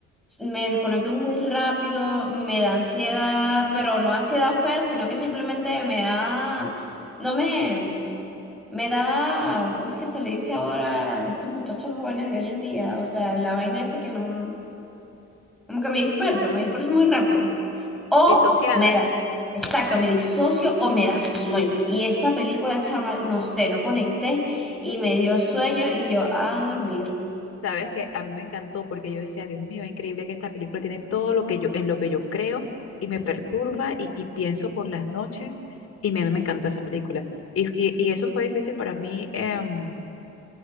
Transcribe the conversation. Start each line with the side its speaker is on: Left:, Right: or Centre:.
Centre: me desconecto muy rápido, me da ansiedad, pero no ansiedad fea, sino que simplemente me da, no me, Me da, ¿cómo es que se le dice ahora a estos muchachos jóvenes de hoy en día? O sea, la vaina esa que no, como que me disperso, me disperso muy rápido. O
Left: disociada.
Centre: me da, exacto, me disocio o me da sueño.
Left: Es-
Centre: Y esa película, chama, no sé, no conecté y me dio sueño y yo a dormir.
Left: Sabes que a mí me encantó porque yo decía, Dios mío, es increíble que esta película tiene todo lo que yo, en lo que yo creo y me perturba y, y pienso por las noches y me, me encantó esa película. Y, y, y eso fue difícil para mí, em,